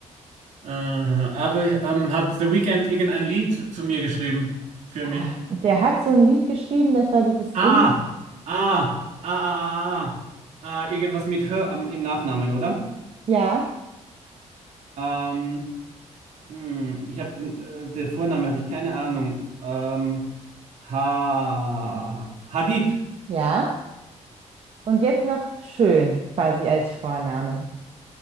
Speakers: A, on the right (about 70°); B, on the right (about 50°).
A: Äh, aber ähm, hat The Weeknd irgendein Lied zu mir geschrieben? Für
B: Ah,
A: mich?
B: Der hat so ein Lied geschrieben, das war dieses In,
A: Ah, ah, ah, ah, ah, ah. Ah, irgendwas mit Hör am- im Nachnamen, oder?
B: ja,
A: Ähm, Hm, ich habe den, äh, der Vorname habe ich keine Ahnung. Ähm, ha Hadid.
B: ja, und jetzt noch schön, quasi als Vorname.